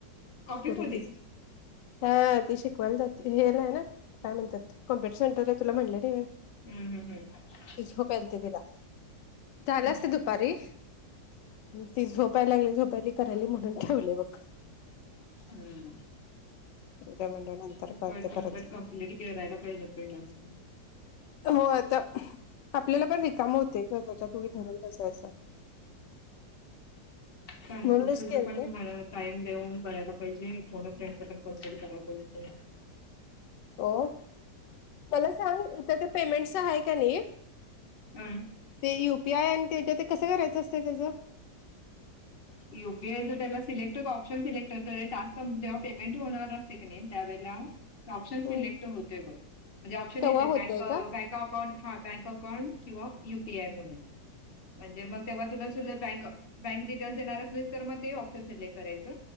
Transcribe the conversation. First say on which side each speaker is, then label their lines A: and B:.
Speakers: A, on the left; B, on the left.
A: ऑफिसमध्ये
B: पुरं तिच. हा ती शिकवायला जाते हेलाय ना काय म्हणत्यात. कम्प्युटर सेटर आहे तुला म्हटलं वय.
A: हम् हम् हम्.
B: झोपल यालती तिला चालली
A: हम्म
B: असती दुपारी. ती झोपायला लागली झोपायला करायली म्हणून ठेवले बघ.
A: होय ना.
B: उद्या म्हणलं नंतर
A: चफट
B: करते परत
A: च्पट कंप्लीिट करायला पाहिजे टास्क.
B: हो आता आपल्याला पण रिकाम होते. त्याच्या धरण दास हाईसा.
A: सां
B: म्हणूनच
A: त
B: केलते
A: पण मला <unintelligible> टाइम देऊन करायला पाहिजे फोन ऑफ फ्रेंड कन्से्ट कराला पाहिजे.
B: हो मला सांग इथं ते पेमेंटस आहे का नाही.
A: हं
B: ते युपी आय आणि ते ते कसं करायचं असते त्याचं.
A: युपीआय जर त्याला सिलेक्ट ऑप्शन सिलेक्ट तर टस्क कम्प जे्हा पेमेंट होणार असतं. ते कने त्यावेळेला ऑप्शन सिलेक्ट
B: हम्म
A: होतंय बघ म्हणजे ऑप्शन
B: तेव्हा
A: येते
B: होतय
A: बँक
B: का
A: बँक. अकाउंट हा बँक अकाउंट किंवा युपीआय म्हणून. म्हणजे मग तेव्हा तुला सु बँक बँक डिटेल्स देणार असे तर मग ते ऑप्शन सिलेक्ट करायचं.